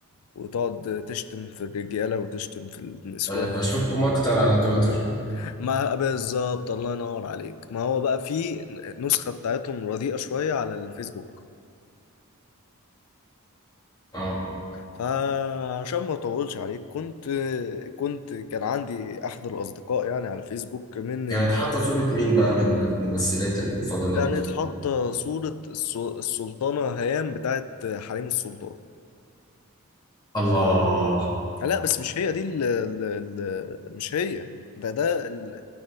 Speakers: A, on the left (about 75°); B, on the left (about 20°).
A: وتقعد تشتم في الرجالة وتشتم في النسوان
B: ب- بشوفهم اكتر على تويتر
A: <laughs> ما بالظبط الله ينور عليك ما هو بقى في نسخة بتاعتهم رديئة شوية على الفيسبوك
B: اه
A: فعشان ما اطولش عليك كنت كنت كان عندي احد الاصدقاء يعني على الفيسبوك من
B: كانت حاطة صورة مين بقى من الممثلات الفاضلات
A: كانت حاطة صورة الس- السلطانة هيام بتاعت حريم السلطان
B: الله
A: لا بس مش هي دي ال ال ال مش هي ده ده ال